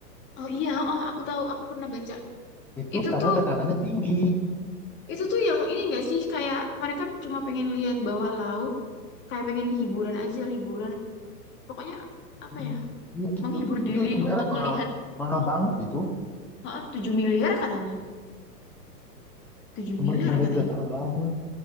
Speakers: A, on the left; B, in the centre.
A: oh iya oh aku tahu aku pernah baca
B: itu
A: itu
B: karena
A: tuh
B: tekanannya tinggi
A: itu tuh yang ini nggak sih kayak mereka cuma pengen lihat bawah laut kayak pengen hiburan aja liburan pokoknya apa
B: iya
A: ya
B: Iya gitu
A: menghibur diri
B: itu itu beneran
A: untuk
B: mahal
A: melihat
B: mahal banget itu
A: ah, 7 miliar katanya 7
B: cuma
A: miliar
B: mau lihat
A: katanya
B: dasar laut